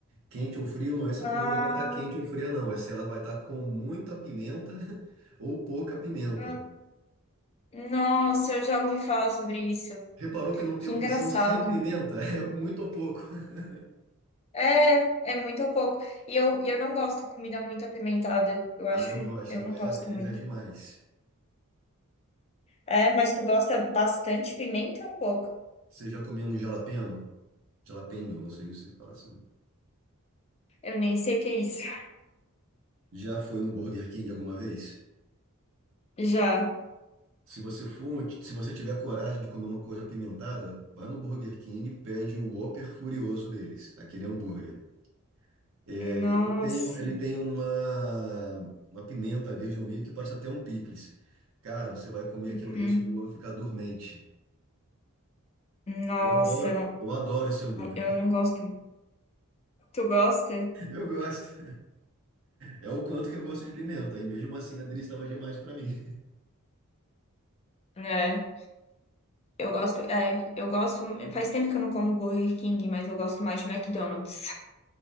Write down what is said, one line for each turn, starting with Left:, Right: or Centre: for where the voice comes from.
Right: Quente ou frio, não é se
Left: Ah,
Right: a comida vai estar quente ou fria, não. É se ela vai estar com muita pimenta <laughs> ou pouca pimenta.
Left: hum, nossa, eu já ouvi falar sobre isso.
Right: Reparou que não tem
Left: Que
Right: opção
Left: engraçado.
Right: sem pimenta? <laughs> É muito ou pouco. <laughs>
Left: É, é muito pouco. E eu, e eu não gosto de comida muito apimentada. Eu acho,
Right: Ah, eu gosto,
Left: eu não
Right: mas
Left: gosto
Right: a deles
Left: muito.
Right: é demais.
Left: É, mas tu gosta bastante pimenta ou pouco?
Right: Você já comeu um jalapeno? Jalapeño, não sei se fala assim.
Left: Eu nem sei o que é isso.
Right: Já foi no Burger King alguma vez?
Left: Já.
Right: Se você for, um, se você tiver coragem de comer uma coisa apimentada, vá no Burger King e pede o Whopper Furioso deles, aquele hambúrguer. É, ele
Left: Nossa.
Right: tem, um, ele tem uma, uma pimenta verde no meio que parece até um picles. Cara, você vai comer aquilo
Left: Uhum.
Right: ali, o seu negócio vai ficar dormente.
Left: Nossa,
Right: Eu adoro,
Left: eu não,
Right: eu adoro esse hambúrguer.
Left: eu não gosto. Tu gosta?
Right: <laughs> Eu gosto. É o quanto que eu gosto de pimenta. E mesmo assim, a dele estava demais para mim.
Left: É. Eu gosto, é, eu gosto. Faz tempo que eu não como Burger King, mas eu gosto mais de McDonald's.